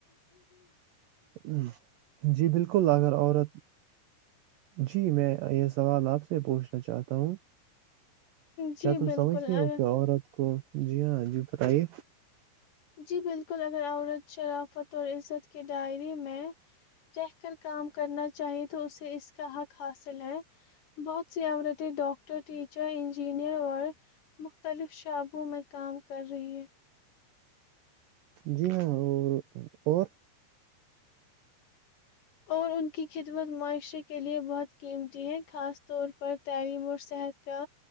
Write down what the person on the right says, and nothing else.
ہوں جی بالکل اگر عورت جی میں یہ سوال آپ سے پوچھنا چاہتا ہوں
کیا تم
سمجھتی
ہو کہ عورت کو جی ہاں جی بتائیے
جی ہاں اور اور